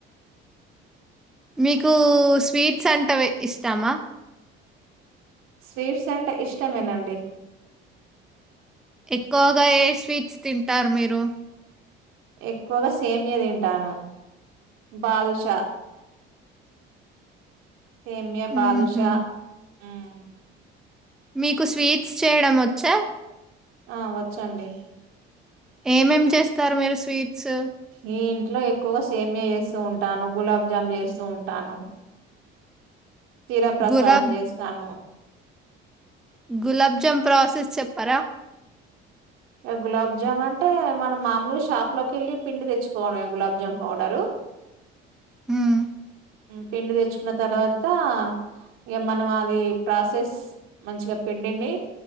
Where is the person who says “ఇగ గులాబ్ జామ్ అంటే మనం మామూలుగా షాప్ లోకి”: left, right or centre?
Right